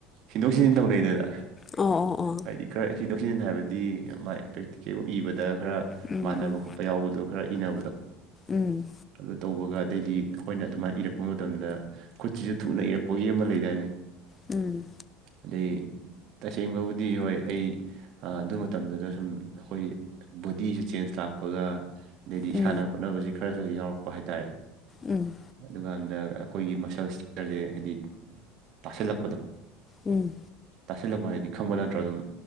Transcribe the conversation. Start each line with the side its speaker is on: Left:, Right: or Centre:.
Right: ꯁꯤꯟꯗꯣꯛ ꯁꯤꯟꯖꯤꯟ ꯇꯧꯅꯩꯗꯅ
Left: ꯑꯣ ꯑꯣ ꯑꯣ
Right: ꯍꯥꯏꯗꯤ ꯈꯔ ꯁꯤꯟꯗꯣꯛ ꯁꯤꯖꯤꯟ ꯍꯥꯏꯕꯗꯤ ꯃꯥꯏ ꯄ꯭ꯔꯦꯛꯇꯤꯀꯦꯜ ꯏꯕꯗ ꯈꯔ
Left: ꯎꯝ
Right: ꯃꯥꯟꯅꯕ
Left: ꯎꯝ
Right: ꯈꯣꯠꯄ ꯌꯥꯎꯕꯗꯣ ꯈꯔ ꯏꯅꯕꯗꯣ
Left: ꯎꯝ
Right: ꯑꯗꯨ ꯇꯧꯕꯒ ꯑꯗꯩꯗꯤ ꯑꯩꯈꯣꯏꯅ ꯑꯗꯨꯃꯥꯏꯅ ꯏꯔꯛꯄ ꯃꯇꯝꯗ ꯈꯨꯠꯁꯤꯁꯨ ꯊꯨꯅ ꯏꯔꯛꯄꯒꯤ ꯑꯃ ꯂꯩ ꯗꯥꯏꯅ‌ꯦ
Left: ꯎꯝ
Right: ꯑꯗꯩ ꯇꯁꯦꯡꯕꯕꯨꯗꯤ ꯍꯣꯏ ꯑꯩ ꯑ ꯑꯗꯨ ꯃꯇꯝꯗꯨꯗ ꯁꯨꯝ ꯑꯩꯈꯣꯏ ꯕꯣꯗꯤꯁꯨ ꯆꯦꯟꯖ ꯂꯥꯛꯄꯒ ꯑꯗꯩꯗꯤ
Left: ꯎꯝ
Right: ꯏꯁꯥꯅ ꯍ‌ꯣꯠꯅꯕꯁꯤ ꯈꯔꯁꯨ ꯌꯥꯎꯔꯛꯄ ꯍꯥꯏꯇꯥꯔꯦ
Left: ꯎꯝ
Right: ꯑꯗꯨꯀꯥꯟꯗ ꯑꯩꯈꯣꯏꯒꯤ ꯃꯁꯜ ꯁ꯭ꯇꯔꯁꯦ ꯍꯥꯏꯗꯤ ꯇꯥꯁꯤꯜꯂꯛꯄꯗꯣ
Left: ꯎꯝ
Right: ꯇꯥꯁꯤꯜꯂꯛꯄ ꯍꯥꯏꯗꯤ ꯈꯪꯕ ꯅꯠꯇ꯭ꯔꯣ ꯑꯗꯨꯝ